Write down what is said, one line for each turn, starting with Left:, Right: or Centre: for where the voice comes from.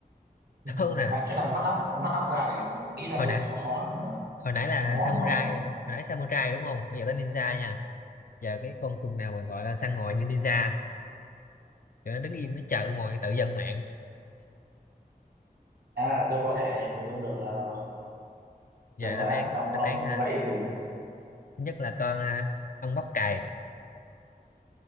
Right: ừ.
Left: <laughs> đâu nè
Right: đang chắc đang vắt óc vắt óc ra để nghĩ ra
Left: hồi
Right: câu
Left: nãy
Right: khó khó mà
Left: hồi nãy là
Right: mà mõm
Left: samurai
Right: không à
Left: hồi nãy samurai đúng không bây giờ tới ninja nha giờ cái con trùng nào mà gọi là săn mồi như ninja kiểu nó đứng im nó chờ con mồi tự dân mạng
Right: à tôi có thể dùng được ờ,
Left: giờ
Right: được rồi
Left: đáp án
Right: á ông
Left: đáp
Right: ông
Left: án ha
Right: gợi ý thử đi.
Left: thứ nhất là con à, ong bắp cày